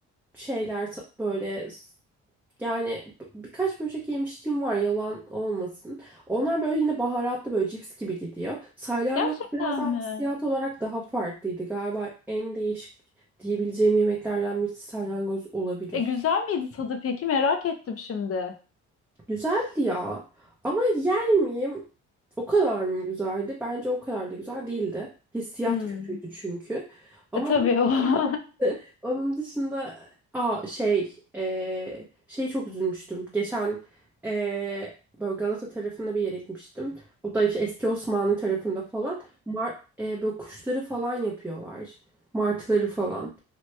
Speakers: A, in the centre; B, on the left (about 50°).
A: şeyler ta- böyle s- yani b- birkaç böcek yemişliğim var yalan olmasın. Onlar böyle yine baharatlı böyle cips gibi gidiyor. Salyangoz
B: Gerçekten
A: biraz daha hissiyat
B: mi?
A: olarak daha farklıydı. Galiba en değişik diyebileceğim yemeklerden birisi salyangoz olabilir.
B: E güzel miydi tadı peki? Merak ettim şimdi.
A: Güzeldi ya. Ama yer miyim? O kadar mı güzeldi? Bence o kadar da güzel değildi. Hissiyat
B: Hmm.
A: kötüydü çünkü. Ama
B: E, tabii
A: onun
B: o. <laughs>
A: dışında, <laughs> onun dışında aa şey eee şey çok üzülmüştüm. Geçen eee böyle Galata tarafında bir yere gitmiştim. O da işte eski Osmanlı tarafında falan. Mar eee, böyle kuşları falan yapıyorlar. Martıları falan.